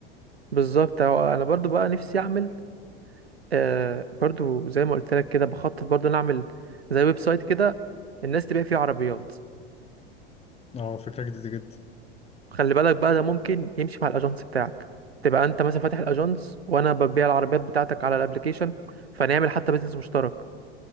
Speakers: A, on the right; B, on the left.
A: بالظبط أهو انا برضو بقى نفسي اعمل آه برضو زي ما قلت لك كده بخطط برضو نعمل زي ويب سايت كده الناس تبيع فيه عربيات
B: اه فكرة جديدة جدا
A: خلي بالك بقى ده ممكن يمشي مع الاجنس بتاعك تبقى انت مثلا فاتح الاجنس وانا ببيع العربيات بتاعتك على الابليكيشن فنعمل حتى بيزنس مشترك